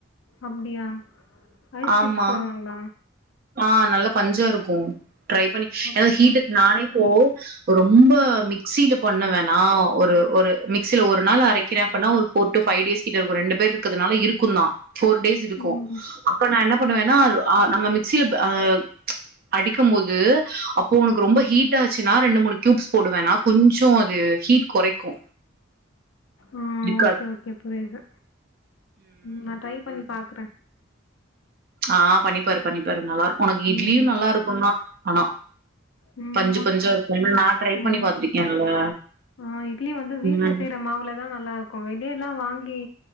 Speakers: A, on the left; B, on the right.
A: அப்டியா ஐஸ்
B: ஆமா
A: க்யூப்ஸ் போடுவாங்ளா
B: ஆ நல்லா பஞ்சா இருக்கு ட்ரை பண்ணி
A: அப்டியா
B: ஏனா ஹீட்டுக்கு நானே இப்போ ரொம்ப மிக்ஸீல பண்ணுவனா ஒரு ஒரு மிக்சில ஒரு நாள் அரைக்கிற அப்பனா ஒரு ஃபோர் டு ஃபைவ் டேஸ் கிட்ட இருக்கு ரெண்டு பேர் இருக்கதுனால இருக்குந்தா ஃபோர் டேஸ் இருக்கு
A: ம்
B: என்ன பண்ணுவா ஆ நம்ம மிக்சியில அ அடிக்கும் போது அப்போ உனக்கு ரொம்ப ஹீட் ஆச்சுன்னா ரெண்டு மூணு க்யூப்ஸ் போடுவேனா கொஞ்சோ அது ஹீட் கொறைக்கு
A: ஆ
B: இருக்காது
A: ஓகே ஓகே புரியுது ம் நா ட்ரை பண்ணி பாக்குறே
B: ஆ பண்ணிப்பாரு பண்ணிப்பாரு நல்லாருக் ஒனக்கு இட்லியு
A: ம்
B: நல்லா இருக்குந்தா ஆனா
A: ம்
B: பஞ்சு
A: ஆமா
B: பஞ்சா இருக்கு ஏன்னா நா ட்ரை பண்ணி
A: ம்
B: பாத்திருக்கேன்ல
A: ஆ இட்லி வந்து வீட்ல
B: ம்
A: செய்ற மாவுலதா நல்லா இருக்கு வெளியெல்லா வாங்கி